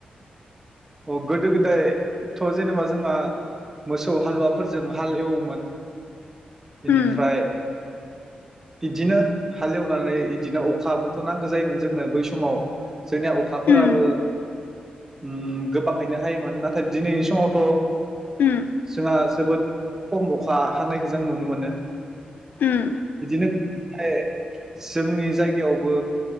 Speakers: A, on the right; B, on the left.
A: अ गोदो गोदायथ' जेनेबा जोंहा मोसौ हालुवाफोरजों हाल एवोमोन। बेनिफ्राय
B: उम
A: बिदिनो हालेवनानै इदिनो अखाबोथ' नांगो जायोमोन जोंनो बै समाव। जोंनिया अखाफोराबो
B: उम
A: उम। गोबाङैनो हायोमोन नाथाय दिनैनि समावथ'
B: उम
A: जोंहा जोबोद खम अखा हानायखौ जों नुनो मोनो
B: उम
A: बिदिनो ए जोंनि जायगायावबो